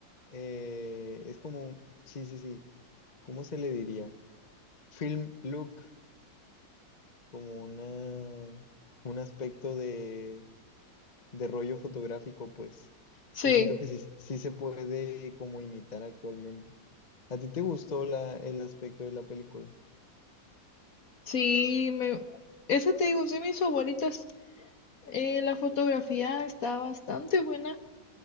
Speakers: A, on the left; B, on the left.
A: eh, es como, sí, sí, sí, ¿cómo se le diría? Film look, como una, un aspecto de de rollo fotográfico, pues.
B: Sí,
A: Y siento que sí, sí se puede como imitar actualmente. ¿A ti te gustó la, el aspecto de la película?
B: sí, me, esa te digo, sí, mis favoritas. Eh, la fotografía está bastante buena.